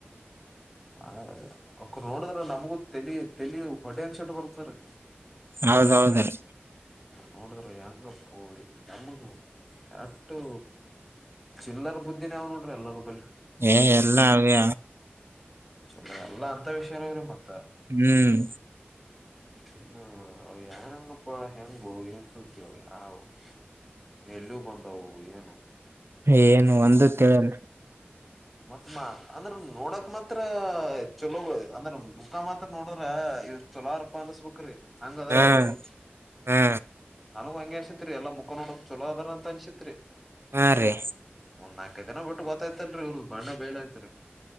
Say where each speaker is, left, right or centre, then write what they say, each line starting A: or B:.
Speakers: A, in the centre; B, on the right (about 70°).
A: ಹ ಅವರು ನೋಡಿದ್ರ ನಮಗೂ ತಲಿ ತಲಿ ಹೊಡೆ ಅಕ್ಷ ಬರ್ ತಕ
B: ಹೌದೌದ್ರಿ
A: ನೋಡಿದ್ರ ಹೆಂಗಪ್ಪು ನಮ್ಮ ಕೆಟ್ಟು ಚಿಲ್ಲರ್ ಬುದ್ಧಿ ನಾವ್ ನೋಡ್ರಿ ಎಲ್ಲರ ಬ
B: ಏ ಎಲ್ಲಾ ಅವೇ
A: ಚ ಎಲ್ಲ ಅಂತ ವಿಷಯನ್ರ ಮತ್ತ
B: ಹ್ಮ್
A: ಇ ಯನ್ಂಗಪ್ಪ ಹೆಂಗು ಏನ್ ಸತವ ಯ ಎಲ್ಲ ಬಂದವು ಏನು
B: ಏನು ಒಂದು ತಿಳಲ್ರಿ
A: ಮತ್ ಮಾ ಅಂದ್ರ ಗುಣಾತ್ಮಕ ತ್ರ ಚಲೋ ಅಂದ್ರೆ ಮುಖ ಮಾತ್ರ ನೋಡಿದ್ರ ಇವ್ ಚಲೋ ಅಪ್ಪ ಅನ್ನಸ್ಬುಕ್್ರಿ ಹಂಗ ಅದ್ರೀ
B: ಹಾ
A: ಎಲ್ಲರು
B: ಹಾ
A: ನನ್ಗ್ ಹಂಗಗೆ ಅನ್ಸಿತ್ರಿ ಎಲ್ಲ ಮುಖ ನೋಡಕ್ ಚಛಲೋ ಅದ ಅನ್ಸತ್ರಿ
B: ಹಾ ರೀ
A: ಒನ್ನ ಟ್ಟ ಗೊತ್ತಾಯತ್ತು ೀ ಇ್ರ ಬ್ಣ ಬೇೇಳ ಆಯ್ತರಿ